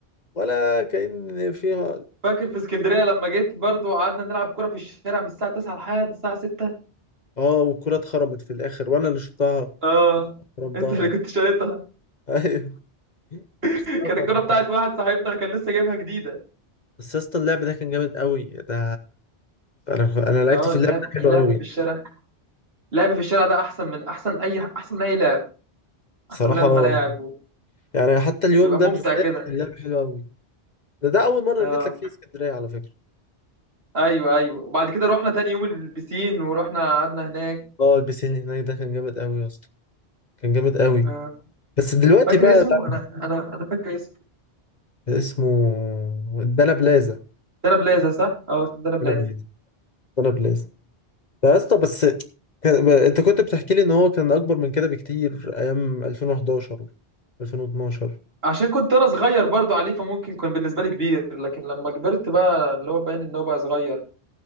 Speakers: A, on the left (about 40°); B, on the right (about 60°).
A: ولا كأن فيها
B: فاكر في اسكندريه لما جيت برضو قعدنا نلعب كوره في الشارع من الساعه 9 لحد الساعه 6
A: اه والكرة اتخرمت في الاخر وانا اللي شطها
B: اه
A: خرمتها
B: انت اللي كنت شايطها
A: <laughs> ايوه
B: <laughs>
A: شطها
B: كانت
A: خرمت.
B: الكوره بتاعت واحد صاحبنا كان لسه جايبها جديده
A: بس يا اسطى اللعب ده كان جامد قوي ده انا انا لعبت
B: اه
A: في
B: اللعب
A: اللعب ده
B: اللعب
A: حلو قوي
B: في الشارع اللعب في الشارع ده احسن من احسن اي احسن من اي لعب
A: بصراحه
B: احسن من لعب الملاعب
A: يعني حتى اليوم
B: وبيبقى
A: ده
B: ممتع
A: بالذات
B: كده
A: كان اللعب حلو قوي ده ده اول مره
B: اه
A: جيت لك فيها اسكندريه على فكره
B: ايوه ايوه وبعد كده رحنا تاني يوم البسين ورحنا قعدنا هناك
A: اه البسين اللي هناك ده كان جامد قوي يا اسطى كان جامد قوي
B: اه
A: بس دلوقتي
B: فاكر
A: بقى
B: اسمه
A: لا
B: انا انا انا فاكر اسمه
A: اسمه دانا بلازا
B: دانا بلازا صح اه اسمه دانا بلازا
A: دانا بلازا دانا بلازا يا اسطى بس كان... ب- انت كنت بتحكي لي ان هو كان اكبر من كده بكتير ايام 2011 2012
B: عشان كنت انا صغير برضو عليه فممكن كان بالنسبه لي كبير لكن لما كبرت بقى اللي هو باين ان هو بقى صغير